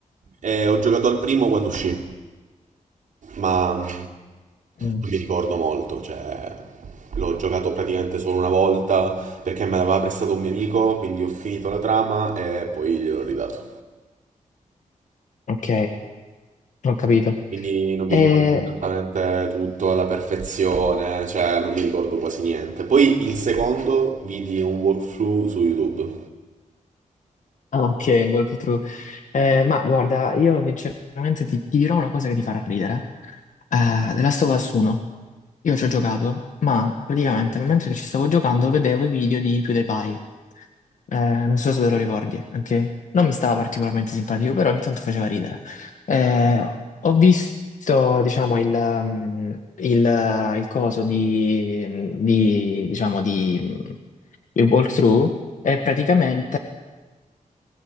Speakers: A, on the right; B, on the left.
A: Eh, ho giocato al primo quando uscì, ma mm,
B: Mm,
A: non mi ricordo molto, cioè l'ho giocato praticamente solo una volta perché me l'aveva prestato un mio amico, quindi ho finito la trama e poi gliel'ho ridato.
B: ok, ho capito.
A: Quindi non mi
B: E...
A: ricordo esattamente tutto alla perfezione, cioè non mi ricordo quasi niente. Poi il secondo vidi un walkthrough su YouTube.
B: ah, ok, walkthrough. Eh, ma guarda, io sinceramente ti, ti dirò una cosa che ti farà ridere. Eh, The Last of Us 1. Io ci ho giocato, ma praticamente nel mentre che ci stavo giocando vedevo i video di PewDiePie. Eh, non so se te lo ricordi, ok? Non mi stava particolarmente simpatico, però ogni tanto faceva ridere. Eh, ho visto, diciamo, il, mm, il- eh, il coso di, di, diciamo, di, mm, il walkthrough e praticamente